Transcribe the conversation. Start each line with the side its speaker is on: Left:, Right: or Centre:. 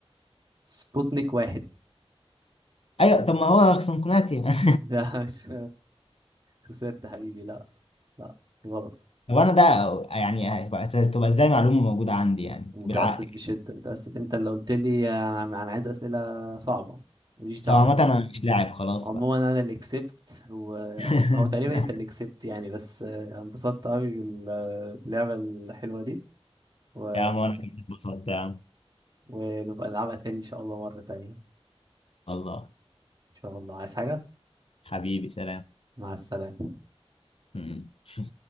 Right: سبوتنيك واحد
Left: أيوة طب ما هو سونكوناتيا <laughs>
Right: لا مش خسرت حبيبي لا لا غلط
Left: طب أنا ده يعني هتبقى تبقى إزاي معلومة موجودة عندي يعني
Right: متأسف
Left: بالعقل
Right: بشدة متأسف انت اللي قلت لي انا أنا عايز أسئلة صعبة ماليش دعوة
Left: طب عامة أنا مش لاعب خلاص
Right: عموما
Left: بقى
Right: انا اللي كسبت وهو
Left: <laughs>
Right: تقريبا انت اللي كسبت يعني بس آه، انبسطت قوي باللعبة الحلوة دي و...
Left: يا عم أنا كنت اتبسطت يا عم
Right: ونبقى نلعبها تاني ان شاء الله مرة تانية
Left: الله
Right: ان شاء الله عايز حاجة
Left: حبيبي سلام
Right: مع السلامة
Left: <laughs>